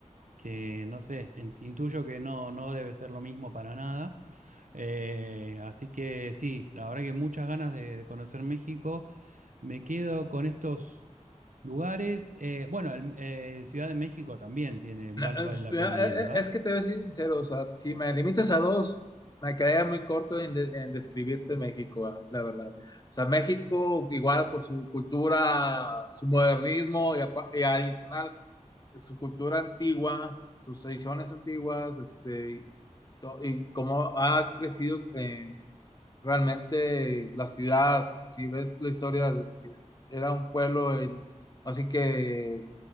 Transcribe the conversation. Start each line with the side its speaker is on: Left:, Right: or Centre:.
Right: que, no sé, en- intuyo que no, no debe ser lo mismo para nada. Eh, así que sí, la verdad que muchas ganas de, de conocer México. Me quedo con estos lugares. Eh, bueno, el, eh, Ciudad de México también tiene, val-
Left: Es,
Right: vale la pena ir, ¿verdad?
Left: es que te voy a ser sincero, o sea, si me limitas a dos, me quedaría muy corto en, de- en describirte México, ah, la verdad. O sea, México, igual por su cultura, su modernismo y, apa- y adicional su cultura antigua, sus tradiciones antiguas, este, to- y cómo ha crecido eh, realmente la ciudad. Si ves la historia, desde que era un pueblo, en- así que